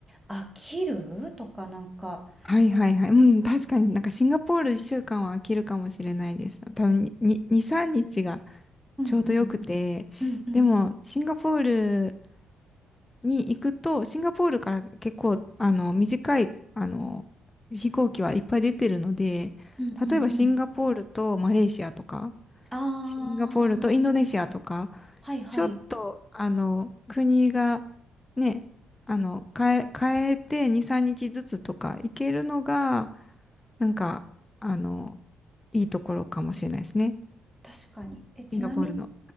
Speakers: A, in the centre; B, on the left (about 15°).
A: 飽きるとかなんか、
B: はいはいはい。うん、
A: う
B: 確かになんかシンガポール1週間は飽きるかもしれないです。多分に、2、3日が
A: うんうん、
B: ちょうどよくて。
A: うんうんうん、
B: でも、シンガポールに行くと、シンガポールから結構、あの、短い、あの、飛行機はいっぱい出てるので、
A: うんうんうん。
B: 例えばシンガポールとマレーシアとか、
A: あ
B: シンガポールとインドネシアとか、
A: ー、はいはい、
B: ちょっと、あの、国が、ね、あの、変え、変えて2、3日ずつとか行けるのが、なんか、あの、いいところかもしれないですね。
A: 確かに。え、ちなみに、
B: シンガポールの。